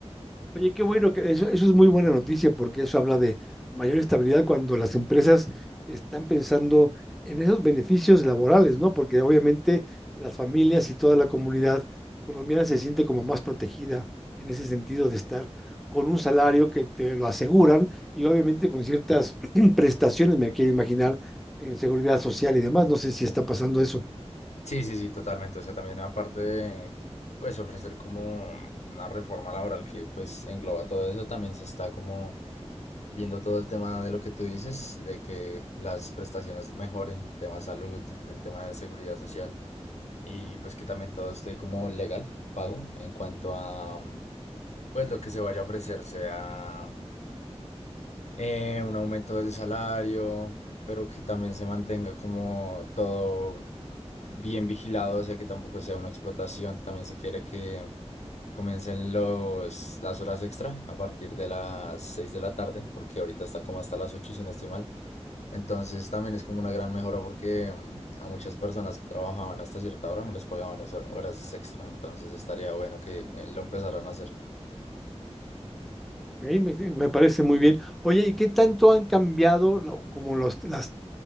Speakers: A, in the centre; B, on the left.
A: Oye, qué bueno, que eso, eso es muy buena noticia porque eso habla de mayor estabilidad cuando las empresas están pensando en esos beneficios laborales, ¿no? Porque obviamente las familias y toda la comunidad colombiana se siente como más protegida en ese sentido de estar con un salario que te lo aseguran y obviamente con ciertas <clears throat> prestaciones, me quiero imaginar, en seguridad social y demás. No sé si está pasando eso.
B: Sí, sí, sí, totalmente. O sea, también aparte de, pues, ofrecer como una reforma laboral que, pues, engloba todo eso, también se está como viendo todo el tema de lo que tú dices, de que las prestaciones mejoren, tema salud, el tema de seguridad social y, pues, que también todo esté como legal, pago, en cuanto a, mm, pues, lo que se vaya a ofrecer sea eh, un aumento del salario, pero que también se mantenga como todo bien vigilado, o sea, que tampoco sea una explotación. También se quiere que comiencen los, las horas extra a partir de las 6 de la tarde, porque ahorita está como hasta las 8 si no estoy mal. Entonces también es como una gran mejora porque mm, a muchas personas que trabajaban hasta cierta hora no les pagaban esas horas extra, entonces estaría bueno que eh, lo empezaran a hacer.
A: Ok, me, me parece muy bien. Oye, ¿y qué tanto han cambiado lo- como los, las